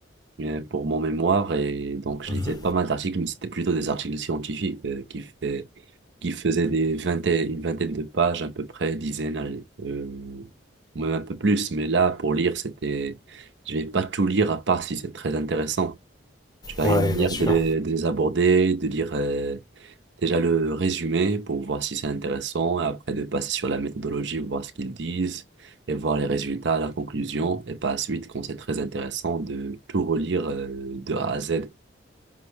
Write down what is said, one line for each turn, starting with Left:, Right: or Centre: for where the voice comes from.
Right: euh, pour mon mémoire et donc je
Left: Mhm.
Right: lisais pas mal d'articles, mais c'était plutôt des articles scientifiques euh, qui fait, qui faisaient des vingtaine, une vingtaine de pages à peu près, dizaines, allez, euh, ou même un peu plus. Mais là, pour lire, c'était, je vais pas tout lire à part si c'est très intéressant. Tu as
Left: Ouais,
Right: une manière
Left: bien sûr.
Right: de les, de les aborder, de lire euh, déjà le résumé pour voir si c'est intéressant, et après de passer sur la méthodologie, voir ce qu'ils disent, et voir les résultats, la conclusion, et par la suite, quand c'est très intéressant, de tout relire euh, de A à Z.